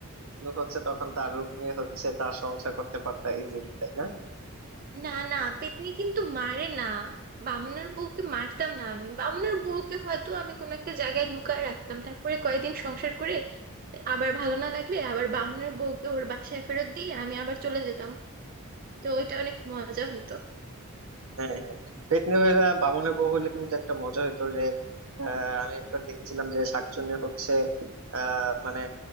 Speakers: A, on the right; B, on the right.
A: তুমি হচ্ছে তখন তার রূপ নিয়ে হচ্ছে তার সংসার করতে পারতা ইজিলি তাই না
B: না না পেত্নী কিন্তু মারে না বামুনের বউকে মারতাম না আমি বামুনের বউকে হয়তো আমি কোনো একটা জায়গায় লুকায় রাখতাম তারপরে কয়েকদিন সংসার করে আবার ভালো না লাগলে আবার বামুনের বউকে ওর বাসায় ফেরত দিয়ে আমি আবার চলে যেতাম তো ওইটা অনেক মজা হতো
A: হ্যাঁ হ্যাঁ পেতনি হইলে বামুনের বউ হইলে কিন্তু একটা মজা হইতো যে আহ, আমি একবার দেখেছিলাম যে শাকচুন্নি হচ্ছে আহ, মানে